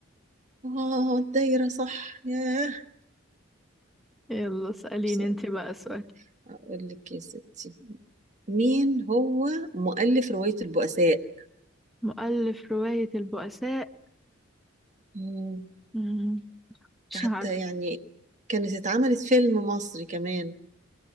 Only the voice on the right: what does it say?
اه الدايرة صح ياه
بس
اقول لك يا ستي مين هو مؤلف رواية البؤساء
امم
حتى
يعني كانت اتعملت فيلم مصري كمان